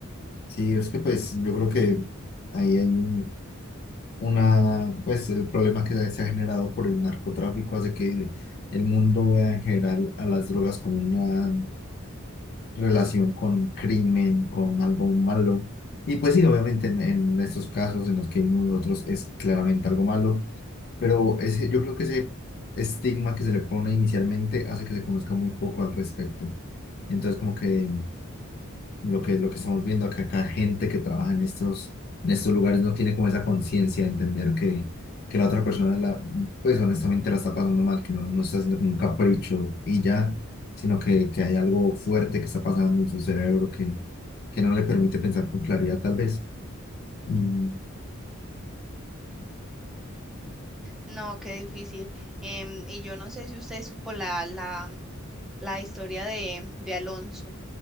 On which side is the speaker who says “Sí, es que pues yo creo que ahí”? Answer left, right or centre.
Left